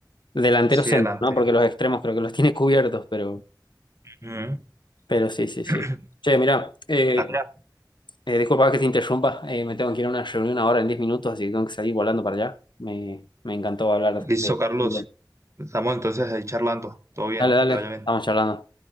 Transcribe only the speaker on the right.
Sí,
delantero.
Ujú.
<clears throat>
Ah, ya.
Listo,
Carlos.
Estamos entonces ahí charlando. Todo bien,
que te vaya bien.